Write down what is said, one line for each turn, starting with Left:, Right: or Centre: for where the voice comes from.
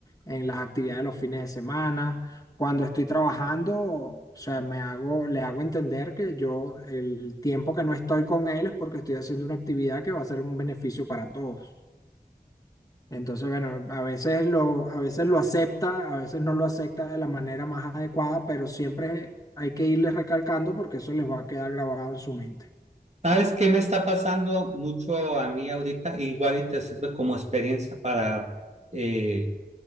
Left: en las actividades de los fines de semana. Cuando estoy trabajando, o sea, me hago, le hago entender que yo el tiempo que no estoy con él es porque estoy haciendo una actividad que va a ser un beneficio para todos. Entonces, bueno, a veces lo, a veces lo acepta, a veces no lo acepta de la manera más adecuada, pero siempre hay que irles recalcando porque eso les va a quedar grabado en su mente.
Right: ¿Sabes qué me está pasando mucho a mí ahorita? Igual y te sirve como experiencia para eh,